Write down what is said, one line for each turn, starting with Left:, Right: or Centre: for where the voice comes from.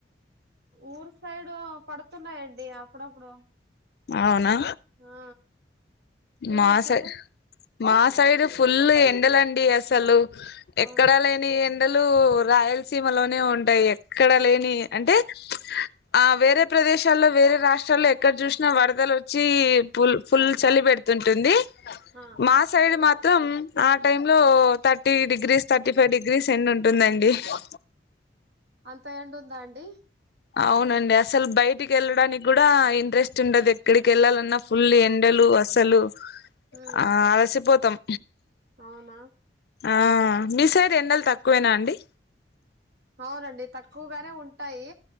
Right: ఊరు సైడు పడుతున్నాయండి అప్పుడప్పుడు
Left: అవునా?
Right: ఆ మీ
Left: మా
Right: ఊరు సైడు
Left: సై మా సైడ్ ఫుల్ ఎండలండి అసలు ఎక్కడ
Right: అవునా
Left: లేని ఎండలు రాయలసీమలోనే ఉంటాయి ఎక్కడ లేని అంటే ఆ వేరే ప్రదేశాల్లో వేరే రాష్ట్రాల్లో ఎక్కడ చూసినా వరదలు వచ్చి పుల్ ఫుల్ చలిపె తుంటుంది
Right: ఆ
Left: మా సైడ్ మాత్రం ఆ టైంలో thirty degrees thirty five degrees ఎండ ఉంటుందండి ఓ
Right: అంత ఎండూమ్దా అండి
Left: అవునండి అసల్ బయటికెళ్ళడానిక్కూడా ఇంట్రెస్ట్ ఉండదేక్కడికి వెళ్ళాలన్నా ఫుల్ ఎండలు అస్ అసలు
Right: ఉమ్
Left: ఆ అలసిపోతాం
Right: అవునా
Left: ఆ మీ సైడ్ ఎండల్ తక్కువేనా అండి
Right: అవునండి తక్కువ్ గానే ఉంటాయి